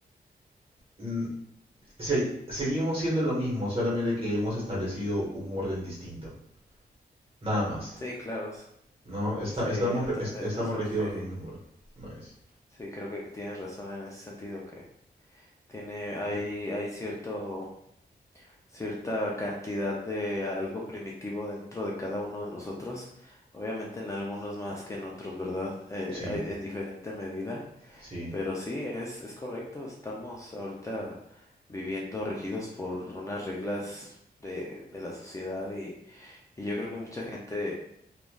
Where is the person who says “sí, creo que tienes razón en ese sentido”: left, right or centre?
Left